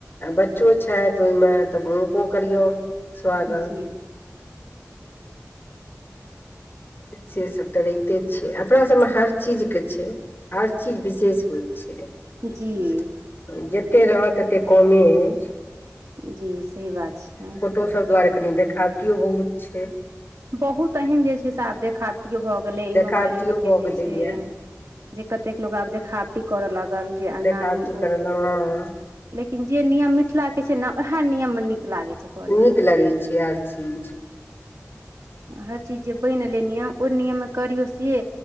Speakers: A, on the left (about 45°); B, on the right (about 75°).
A: आ बच्चो छथि ओहिमे तऽ हूनको करियौ स्वागत
B: जी
A: सेसब तऽ रहिते छै अपनासबमे हर चीजके छै हर चीज विशेष होइ छै
B: जी
A: जते रहत तते कमे अइ
B: जी से बात छै
A: तो सब दुआरे कनि देखावटियो बहुत छै
B: बहुत एहन जे छै से आब देखाबटियो भऽ गेलै ई
A: देखावटियो
B: मोबाइल के
A: भऽ
B: जे
A: गेलैए
B: छै जे कतेक लोग आब देखावटी करऽ लागल जे एना
A: देखावटी
B: ई ओ
A: करल हँ
B: लेकिन जे नियम मिथिला के छै न उएह नियम मे नीक लागे छै करैत
A: नीक लगै छै हर चीज
B: हर चीज जे बैन एलै नियम ओ नियममे करियौ से